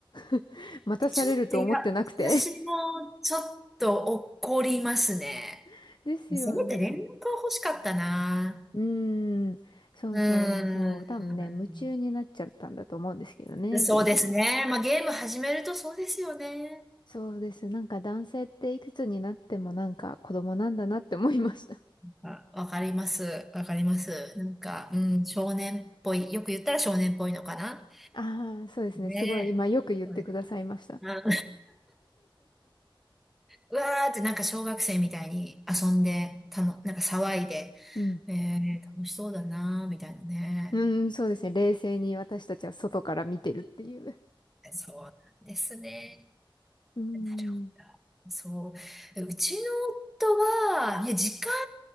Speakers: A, on the left; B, in the centre.
A: <laughs> 待たされると思ってなくて
B: え、ちょっと、いや、私もちょっと怒りますね。
A: <laughs> ですよね。
B: せめて連絡は欲しかったな。
A: うーん、そうそうそう。
B: うーん。
A: 多分ね、夢中になっちゃったんだと思うんですけどね、
B: そうですね。
A: ゲームに。
B: まあ、ゲーム始めるとそうですよね。
A: そうです。なんか男性っていくつになってもなんか子供なんだなって思いました。
B: あわかります。わかります。なんか、うん、少年っぽい。よく言ったら少年っぽいのかな。
A: ああ、そうですね。
B: ねそうです
A: すごい、今よく言ってくださいました。
B: あうわーってなんか小学生みたいに遊んで、たの、なんか騒いで、
A: うん。
B: えー、楽しそうだなーみたいなね。
A: うん、そうですね。冷静に私たちは外から見てるっていう。
B: そうなんですね。
A: うん。
B: なるほど。そう。うちの夫は、いや、時間